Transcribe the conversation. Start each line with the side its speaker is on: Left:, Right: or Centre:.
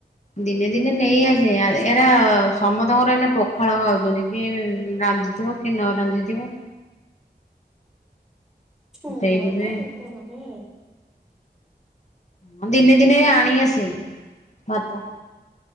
Left: ଦିନେ ଦିନେ ନେଇ ଆସ ଏରା ସମସ୍ତଙ୍କର ଏଇନା ପଖାଳ ଖାଉଛନ୍ତି କି ରାନ୍ଧିଥିବ କି ନ ରାନ୍ଧିଥିବ।
Centre: ଛୁଆ
Left: ସେଇଥିପାଇଁ
Centre: ଟା କେତେ ଖଜ
Left: ହ ଦିନେ ଦିନ ଆଣ ଆସେ ଭାତ।